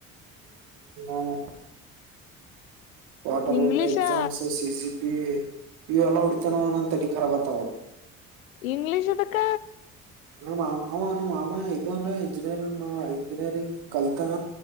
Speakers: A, on the right (about 65°); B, on the left (about 75°).
A: <unintelligible> ವಾಟರ್ ಬೋರ್ಡ್
B: ಇಂಗ್ಲಿಷಾ
A: ಎಕ್ಸಾಮ್ಸ್ ಸಿ ಸಿ ಪಿ ಇವೆಲ್ಲ ಹೊಡಿತಾನನನ್ ತಲಿ ಕರಬ್ ಅತವು
B: ಇಂಗ್ಲಿಷ್ ಅದ ಕ
A: ನಮ್ಮ ಮಾ ಹ ನಮ್ಮ್ ಮಾಮ ಇದುನ್ನ ಇಂಜಿನಿಯರಿ ಇಂಜಿನಿಯರಿಂಗ್ ಕಲ್ತಾನ